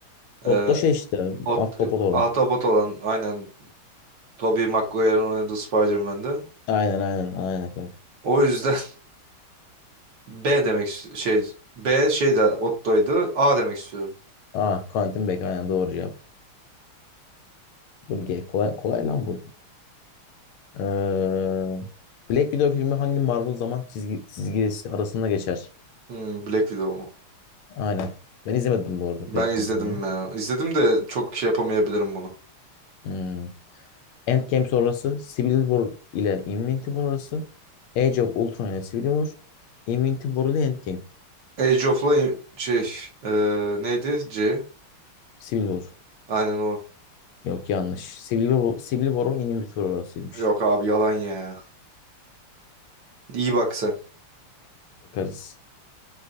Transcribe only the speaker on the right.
Ee,
Ot
Ahtapot olan aynen Tobey Maguire'ın oynadığı Spider-Man'di.
O yüzden B demek ist- şey B şey de Otto'ydu. A demek istiyorum.
Hmm, Black Widow mu?
Ben
izledim
ya. İzledim de çok şey yapamayabilirim bunu.
Age of Lion şey eee, neydi? C.
Aynen o.
Yok abi yalan ya. İyi bak sen.